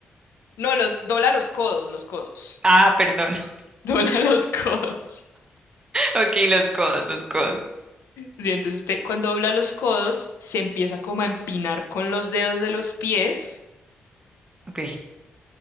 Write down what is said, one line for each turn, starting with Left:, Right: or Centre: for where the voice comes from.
Left: No, los, dobla los codos, los codos.
Right: Ah, perdón. <laughs>
Left: <laughs> Dobla los codos.
Right: Ok, los codos, los codos.
Left: Sí, entonces usted cuando dobla los codos se empieza como a empinar con los dedos de los pies
Right: Ok.